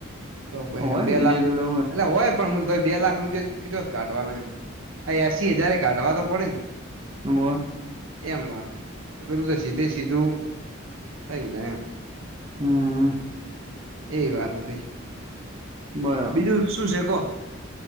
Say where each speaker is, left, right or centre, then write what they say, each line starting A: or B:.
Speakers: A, on the right (about 80°); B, on the right (about 25°).
A: તો પહે
B: હોય ને
A: બે
B: બીજા
A: લાખ રૂપ
B: જોડે
A: એટલે હોય પણ મલ તો બે લાખ પણ કિ કીટો કાઢવાના એમ આ એસી હજાર કાઢવા તો પડે ને.
B: તુ બોલ.
A: એમ વાત પેલું તો સીધે સીધું થઈ જાય એમ.
B: હમ્મ.
A: એ વાત હતી
B: બરાબર
A: બીજું શું છે કો.